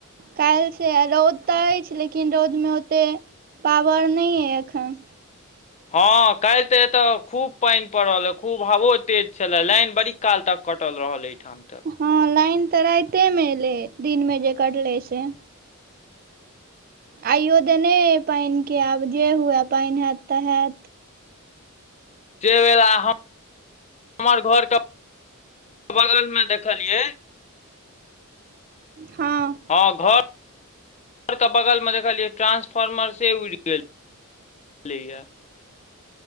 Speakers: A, on the right; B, on the left.
A: काल्हि से रौद तऽ अछि लेकिन रौदमे ओते पावर नहि अइ एखन।
B: हँ काल्हि तऽ एतय खूब पानि पड़ल ए खूब हवो तेज छले लाइन बड़ी क काल तक कटल रहल एहिठाम त
A: हँ लाइन तऽ राइते मे एलइ दिनमे जे कटलै से। आइयो देने अइ पानि के आब जे हुए पानि हैत तऽ हैत।
B: <unintelligible> हम हमर घरके बगलमे देखलियै
A: हँ
B: हँ घर र के बगल मे देखलियै ट्रांसफार्मर से उड़ि गेल छेलैयै।